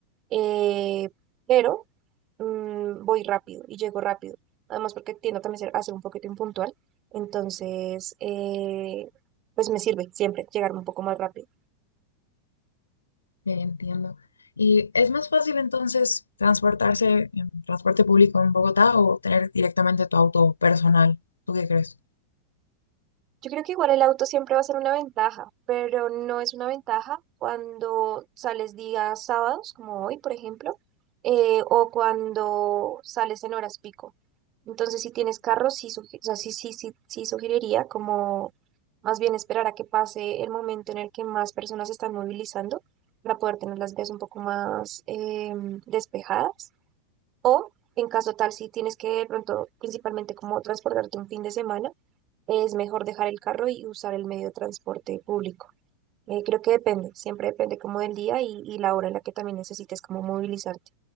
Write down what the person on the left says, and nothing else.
Ya entiendo. ¿Y es más fácil entonces transportarse en transporte público en Bogotá o tener directamente tu auto personal? ¿Tú qué crees?